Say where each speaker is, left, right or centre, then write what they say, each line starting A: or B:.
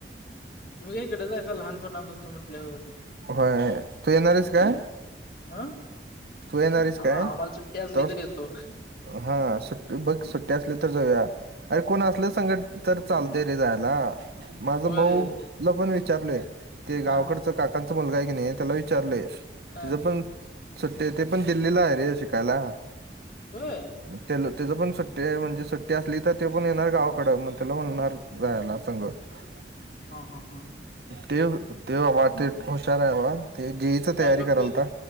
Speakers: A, on the left; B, on the right.
A: म्हणजे इकडे जायचा लहानपणा पासून म्हटल्यावर.
B: होय तू येणार आहेस काय?
A: आं
B: तू येणारीस
A: आम्हाला
B: काय
A: सुट्टी असली
B: तोच
A: तरी येतो.
B: हा सुट्ट बघ सुट्टी असली तर जाऊया अरे कोण असलं संगट तर चालते रे जायला माझा
A: होय
B: भाऊला पण विचारलय ते गावकडचं
A: हा
B: काकांचा मुलगा आहे की नाही त्याला विचारलेय
A: हा हा
B: तिचं पण सुट्टी आहे ते पण दिल्लीला आहे रे शिकायला.
A: होय.
B: म तेलं त्याजा पण सुट्टी म्हणजे सुट्टी असली तर ते पण येणार गावाकडं मग त्याला म्हणणार जायला सग. <unintelligible>
A: आ हा हा हा हम्म हम्म.
B: तेव ते बाबा ते हुशार आहे बा ते जे ई चा
A: काय
B: तयारी
A: करतोय
B: करालता